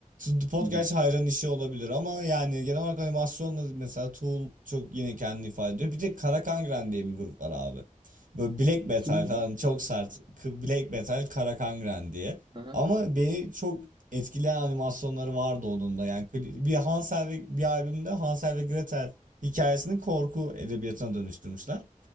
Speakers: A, on the right; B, on the right.
A: The Pod
B: Hı hı.
A: gerçi hayran işi olabilir ama yani genel olarak animasyonla mesela Tool çok yine kendini ifade ediyor. Bir de Karakangren diye bir grup var abi. Böyle Black Metal
B: Kim diye?
A: falan çok sert. K- Black Metal Karakangren diye.
B: Aha.
A: Ama beni çok etkileyen animasyonları vardı onun da. Yani kli- bir Hansel ve bir albümde Hansel ve Gretel hikayesini korku edebiyatına dönüştürmüşler.